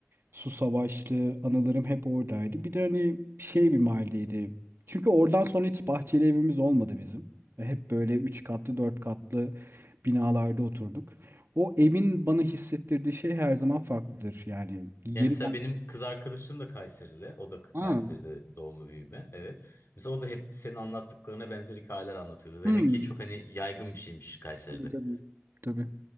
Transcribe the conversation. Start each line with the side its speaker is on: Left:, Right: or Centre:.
Right: Su Savaşlı anılarım hep oradaydı. Bir de hani şey bir mahalleydi. Çünkü oradan sonra hiç bahçeli evimiz olmadı bizim. Ve Hep böyle üç katlı, dört katlı binalarda oturduk. O evin bana hissettirdiği şey her zaman farklıdır. Yani yeri
Left: Ya mesela
Right: ben...
Left: benim kız arkadaşım da Kayserili. O da Kayseri'de
Right: Aa,
Left: doğma büyüme. Evet. Mesela o da hep senin anlattıklarına benzer hikayeler anlatıyordu. Demek
Right: hmm.
Left: ki çok hani yaygın bir şeymiş Kayseri'de.
Right: Tabii tabii. Tabii.